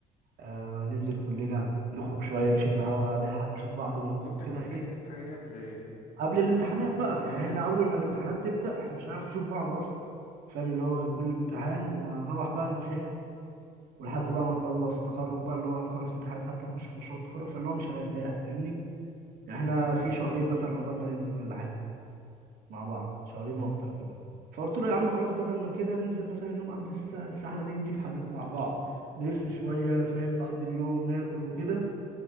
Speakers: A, on the right; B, on the left.
A: آه ننزل كلنا نخرج شوية نشم هوا نلحق نشوف بعض ونخرج
B: بالظبط احنا
A: كده ايه
B: محتاجين الحاجه دي قبل
A: قبل
B: قبل
A: الامتحانات
B: قبل
A: بقى
B: الامتحانات
A: يعني احنا
B: حتى
A: أول ما الامتحانات
B: اه
A: تبدأ احنا مش هنعرف نشوف بعض أصلا فاهم اللي هو غير كل امتحان ونروح بقى نتسحل ولحد
B: مم.
A: بقى ما نخلص تخرج بقى اللي هو هنخلص امتحانات حتى نخش في مشروع التخرج فاللي هو مش هنرتاح فاهمني يعني احنا
B: ايوه
A: في شهرين مثلا عقبال ما ننزل ولا حاجة مع بعض شهرين
B: مم.
A: وأكتر كمان فقلت له يا عم خلاص بدل ما كده ننزل مثلا يوم قبل الس- السحلة دي نجيب حاجات مع بعض نلف شوية فاهم نقضي اليوم ناكل وكده